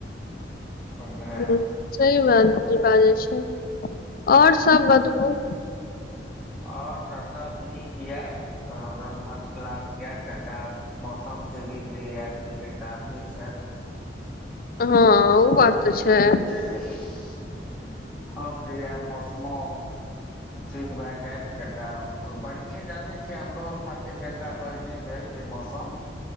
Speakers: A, in the centre; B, on the left.
A: ओहिमे
B: हूं सही बात बाजै छी और सब बतबू
A: और सब सब नीक या हं एकदम फर्स्ट क्लास या कनी टा आब मौसम के भी जे या ठीक ठाके छै। <inaudible>
B: हँ उ बात त छै।
A: <unintelligible> आब जे या मौसमो ठीक भ जायत, कनी टा बढ़िएं जानै छियै हमरो खातिर कनी टा बढ़िए भेल कि मौसम